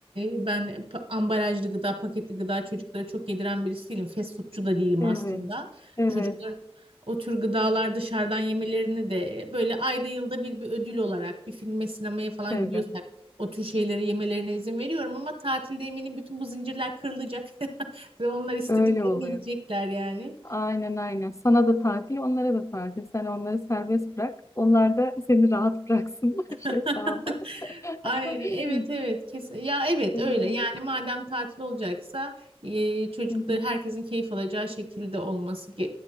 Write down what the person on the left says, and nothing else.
evet
evet
tabii
öyle oluyor.
Aynen aynen. Sana da tatil, onlara da tatil. Sen onları serbest bırak. Onlar da seni rahat bıraksınlar
<laughs> hesabı.
<laughs>
Ee,
hı